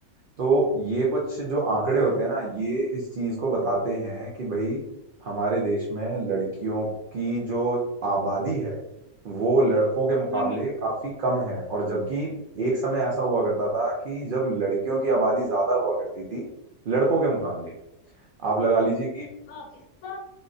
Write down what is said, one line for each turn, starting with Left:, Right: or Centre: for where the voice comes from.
Right: तो ये कुछ जो आंकड़े होते हैं ना ये इस चीज को बताते हैं कि भाई हमारे देश में लड़कियों की जो आबादी है वो लड़कों के मुकाबले
Left: हम्म हम्म
Right: काफी कम है और जबकि एक समय ऐसा हुआ करता था कि जब लड़कियों की आबादी ज्यादा हुआ करती थी लड़कों के मुकाबले आप लगा लीजिए कि
Left: हाँ इसका